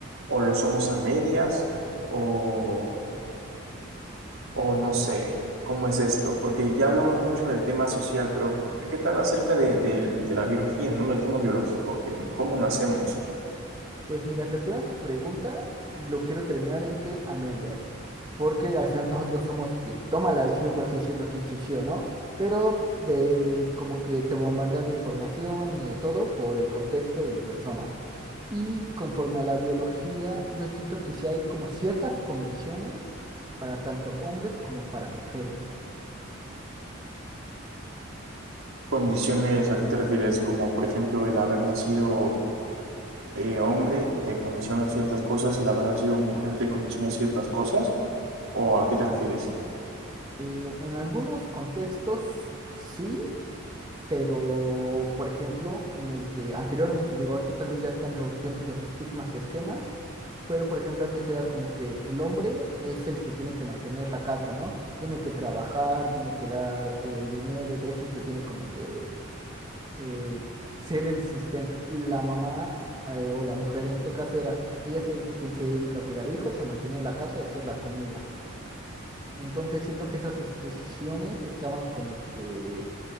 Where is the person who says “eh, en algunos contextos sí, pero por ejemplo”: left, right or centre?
Right